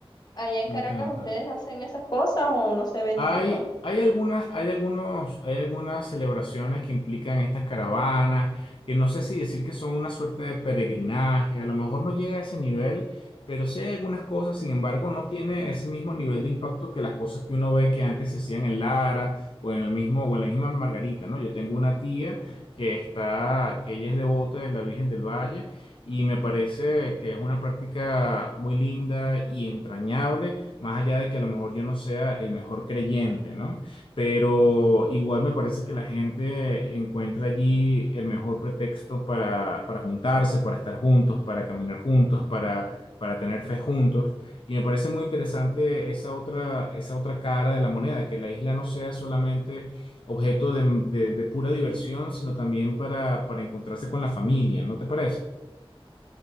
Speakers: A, on the left; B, on the left.
A: allá en
B: me
A: Caracas
B: encanta.
A: ustedes hacen esas cosas o no se ve
B: Hay,
A: tanto.
B: hay algunas, hay algunos, hay algunas celebraciones que implican estas caravanas, que no sé si decir que son una suerte de peregrinaje, a lo mejor no llega a ese nivel, pero sí hay algunas cosas, sin embargo, no tiene ese mismo nivel de impacto que las cosas que uno ve que antes se hacían en Lara o en el mismo, o en la misma Margarita, ¿no? Yo tengo una tía que está, que ella es devota de la Virgen del Valle y me parece que es una práctica muy linda y entrañable más allá de que a lo mejor yo no sea el mejor creyente, ¿no? Pero igual me parece que la gente encuentra allí el mejor pretexto para, para juntarse, para estar juntos, para caminar juntos, para, para tener fe juntos. Y me parece muy interesante esa otra, esa otra cara de la moneda, que la isla no sea solamente objeto de, de- de pura diversión, sino también para, para encontrarse con la familia, ¿no te parece?